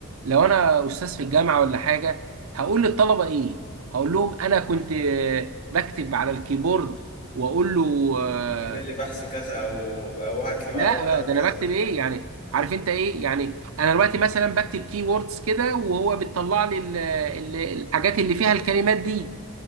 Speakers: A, on the right; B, on the left.
A: لو انا استاذ في الجامعة ولا حاجة هقول للطلبة ايه هقول لهم انا كنت آه، بكتب على الكيبورد واقول له آه،
B: اعمل لي بحث كذا او او هات لي معلومات
A: لا
B: عن
A: ده
B: كذا
A: انا بكتب ايه يعني عارف انت ايه يعني انا دلوقتي مثلا بكتب كيوردز كده وهو بتطلع لي ال- ال- الحاجات اللي فيها الكلمات دي